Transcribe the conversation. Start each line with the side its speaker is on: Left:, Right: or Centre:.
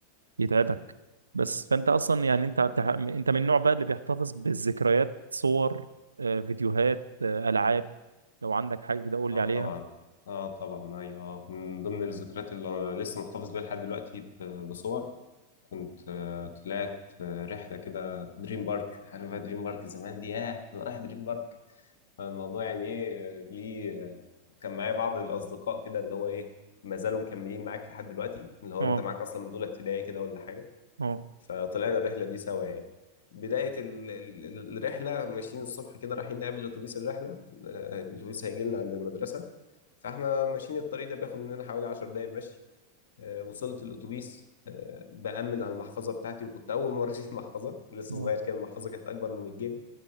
Right: يتعبك بس فأنت أصلا يعني أنت بتح... أنت من النوع بقى اللي بيحتفظ بالذكريات صور آه، فيديوهات آه، ألعاب لو عندك حاجة كده قول
Left: اه
Right: لي عليها
Left: طبعا اه طبعا ايوه آه. من ضمن الذكريات اللي لسه محتفظ بيها لحد دلوقتي ب- بصور كنت آه، طلعت آه، رحله كده دريم بارك عارف بقى دريم بارك زمان دي ياه انا رايح دريم بارك الموضوع يعني ايه آه، ليه آه، كان معايا بعض الاصدقاء كده اللي هو ايه ما زالوا مكملين معاك لحد دلوقتي اللي هو
Right: اه
Left: انت معاك اصلا من اولى ابتدائي كده ولا حاجه
Right: اه
Left: فطلعنا الرحلة دي سوا يعني بداية ال- ال- ال- الرحلة ماشيين الصبح كده رايحين نقابل أتوبيس الرحلة آه، الأتوبيس هيجي لنا عند المدرسة فاحنا ماشيين الطريق ده بياخد مننا حوالي 10 دقايق مشي آه، وصلت الأتوبيس آه، بأمن على المحفظة بتاعتي وكنت أول مرة أشيل <laughs> محفظة لسه
Right: اه
Left: صغير كده المحفظة كانت أكبر من الجيب